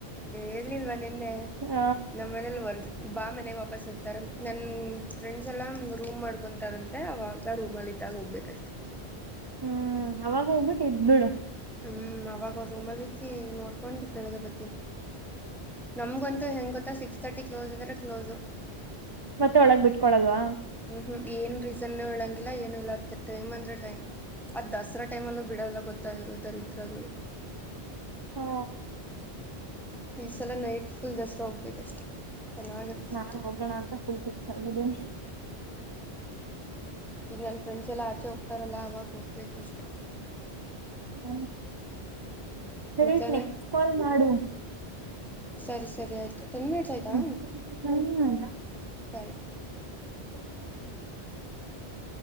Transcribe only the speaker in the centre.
ಹೇಳಿಲ್ವಾ ನಿನ್ನೆ
ನಮ್ಮ ಮನೇೆಯಲ್ಲಿ ವರ್ದ ಬಾ ಮನೆಗೆ ವಾಪಸ್ ಇರ್ತಾರೆ ನನ್ನ ಫ್ರೆಂಡ್ಸ್ ಎಲ್ಲಾ ರೂಮ್ ಮಾಡ್ಕೊತಾರಂತೆ ಅವಾಗ ರೂಮಲ್ಲಿ ಇದ್ದಾಗ ಹೋಗ್ಬೇಕಷ್ಟೆ
ಹ್ಞೂ ಅವಾಗ ಅವ್ರ ರೂಮಲ್ಲಿ ಇದ್ದಿ ನೋಡ್ಕೊಂಡು ಬೆಳಗ್ಗೆ ಬರ್ತೀನಿ ನಮ್ಗಂತೂ ಹೆಂಗೆ ಗೊತ್ತಾ ಸಿಕ್ಸ್ ತರ್ಟಿ ಕ್ಲೋಸ್ ಅಂದರೆ ಕ್ಲೋಸು
ಹ್ಮ ಏನ್ ರೀಸನ್ ಹೇಳಂಗಿಲ್ಲ ಏನು ಇಲ್ಲಾ ಅತ್ತ ಟೈಮ್ ಅಂದ್ರೆ ಟೈಮ್ ಅದು ದಸರಾ ಟೈಮಲ್ಲೂ ಬಿಡೋಲ್ಲ ಗೊತ್ತ ಇವರು ದರಿದ್ರಗೋಳು
ಈ ಸಲ ನೈಟ್ ಫುಲ್ ದಸರಾ ಹೋಗ್ಬೇಕಷ್ಟೆ. ಚೆನ್ನಾಗಿರುತ್ತೆ
ಈಗ ನನ್ನ ಫ್ರೆಂಡ್ಸ್ ಎಲ್ಲಾ ಆಚೆ ಹೋಗ್ತಾರಲ್ಲ ಅವಾಗ ಹೋಗ್ಬೇಕಷ್ಟೆ
ಮಧ್ಯಾಹ್ನ
ಸರಿ ಸರಿ ಆಯಿತು ಟೆನ್ ಮಿನಿಟ್ಸ್ ಆಯಿತಾ
ಬೈ
<inaudible>